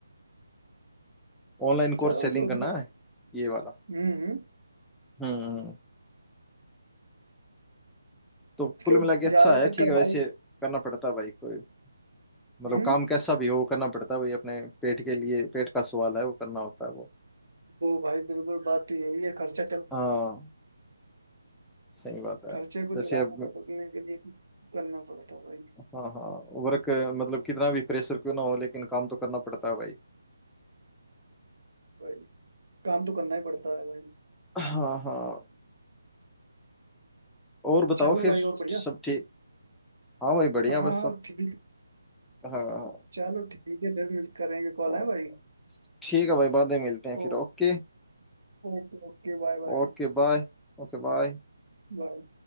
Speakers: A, in the centre; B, on the right.
A: ऑनलाइन
B: चलो
A: कोर्स सेलिंग
B: जो भी-
A: करना है ये वाला
B: हम्म हम्म।
A: हम्म हम्म। हम्म। तो
B: आजकल
A: कुल मिला के अच्छा
B: ज्यादातर
A: है ठीक
B: करवाई
A: है वैसे करना पड़ता है भाई कोई मतलब
B: हम्म
A: काम कैसा भी हो वो करना पड़ता है भाई अपने पेट के लिए पेट का सवाल है वो करना होता है वो
B: वो भाई बिल्कुल बात तो यही है खर्चा चल
A: हाँ सही बात है
B: खर्चे को
A: जैसे
B: चलाना
A: अब
B: पड़ने के लिए करना पड़ता है भाई
A: हाँ हाँ वर्क मतलब कितना भी प्रेशर क्यों ना हो लेकिन काम तो करना पड़ता है भाई
B: भाई काम तो करना ही पड़ता है भाई
A: हाँ हाँ और बताओ
B: चलो
A: फिर
B: भाई और बढ़िया
A: सब ठीक हाँ भाई बढ़िया
B: हाँ
A: बस सब
B: हाँ ठीक
A: हाँ हाँ,
B: चलो ठीक है फिर मिल करेंगे कॉल
A: तो
B: है भाई
A: ठीक है भाई बाद में मिलते हैं
B: ओ,
A: फिर Okay
B: okay okay bye bye
A: Okay bye Okay bye
B: bye